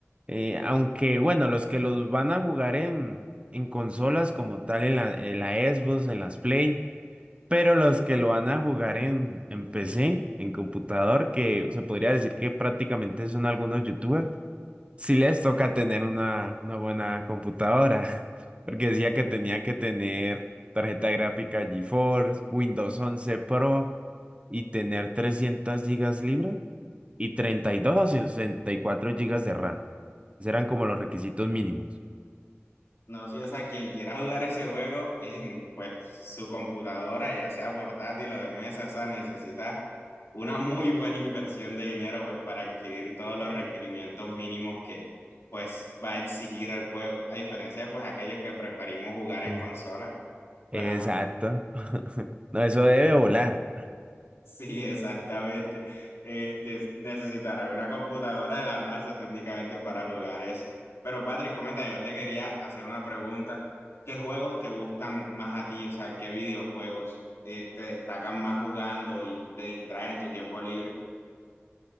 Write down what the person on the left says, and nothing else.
No sé, o sea, quien quiera jugar ese juego en pues su computadora, ya sea portátil o de mesa, o sea, necesita una muy buena inversión de dinero pues para adquirir todos los requerimientos mínimos que pues va a exigir el juego, a diferencia de pues aquellos que preferimos jugar en
consola pues
Sí, exactamente. Este, necesitará una computadora de la NASA técnicamente para jugar eso. Pero Patrick, coméntame, yo te quería hacer una pregunta. ¿Qué juegos te gustan más a ti? O sea, ¿qué videojuegos eh, te destacan más jugando y te distraen en tu tiempo libre?